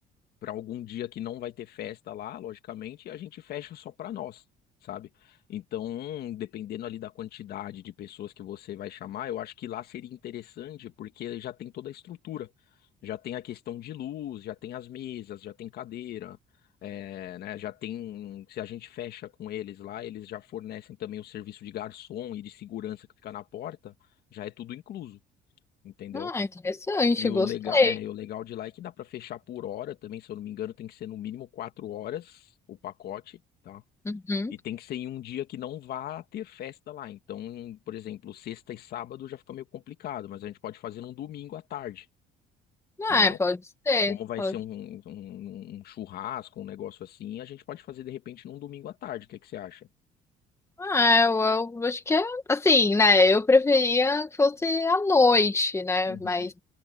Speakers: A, on the left (about 70°); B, on the left (about 15°).
A: para algum dia que não vai ter festa lá, logicamente, e a gente fecha só para nós, sabe? Então, dependendo ali da quantidade de pessoas que você vai chamar, eu acho que lá seria interessante porque já tem toda a estrutura. Já tem a questão de luz, já tem as mesas, já tem cadeira, é, né? Já tem. um, Se a gente fecha com eles lá, eles já fornecem também o serviço de garçom e de segurança que fica na porta, já é tudo incluso, entendeu?
B: Ah, interessante,
A: E o
B: gostei.
A: legal, é, e o legal de lá é que dá pra fechar por hora também, se eu não me engano, tem que ser no mínimo quatro horas o pacote, tá?
B: Uhum.
A: E tem que ser em um dia que não vá ter festa lá. Então, por exemplo, sexta e sábado já fica meio complicado, mas a gente pode fazer num domingo à tarde, entendeu?
B: Ah, é, pode ser.
A: Como vai
B: Pode...
A: ser um, um- um churrasco, um negócio assim, a gente pode fazer de repente num domingo à tarde. O que que você acha?
B: Ah, eu, eu acho que é assim, né? Eu preferia que fosse à noite, né?
A: Uhum.
B: Mas